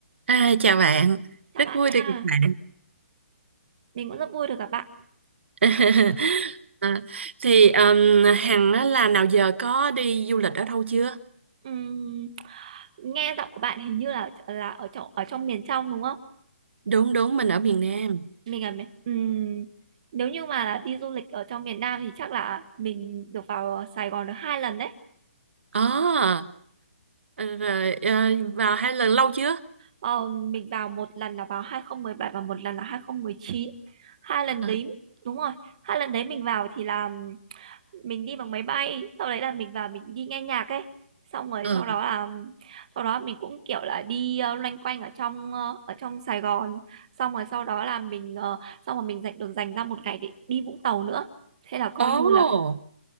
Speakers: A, on the right; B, on the right.
A: À, chào bạn,
B: Chào
A: rất
B: bạn
A: vui
B: nha,
A: được gặp bạn.
B: mình cũng rất vui được gặp bạn. <laughs>
A: <laughs> à, thì um, Hằng á, là nào giờ có đi du lịch ở đâu chưa?
B: ừm, nghe giọng của bạn hình như là là ở trong ở trong miền trong đúng không?
A: Đúng đúng mình ở miền Nam.
B: Mình là miền- ừm, nếu như mà là đi du lịch ở trong miền Nam thì chắc là mình được vào Sài Gòn được hai lần đấy.
A: Ồ, ờ, rồi ờ, vào hai lần lâu chưa?
B: Ờ, mình vào một lần là vào 2017 và một lần là 2019. Hai lần
A: À,
B: đấy đúng rồi, hai lần đấy mình vào thì là mình đi bằng máy bay sau đấy là mình vào mình đi nghe nhạc ấy xong rồi
A: ờ.
B: sau đó là sau đó mình cũng kiểu là đi ờ, loanh quanh ở trong ờ, ở trong Sài Gòn xong rồi sau đó là mình ờ, xong rồi mình dành được dành ra một ngày để đi Vũng Tàu nữa thế là coi
A: Ồ,
B: như là